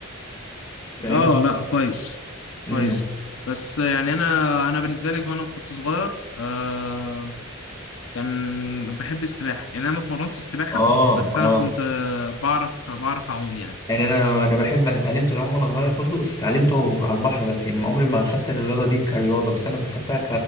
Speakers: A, on the left; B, on the left.
A: فاهمني؟
B: اه لا كويس
A: امم
B: كويس بس يعني انا انا بالنسبه لي وانا كنت صغير آه كان بحب السباحه يعني انا ما اتمرنتش السباحه
A: اه
B: بس
A: اه
B: انا كنت آه، بعرف بعرف اعوم يعني
A: يعني انا انا بحب انا اتعلمت العوم وانا صغير برضو بس اتعلمته في- على البحر بس يعني ما عمري ما خدت الرياضه دي كرياضه بس انا خدتها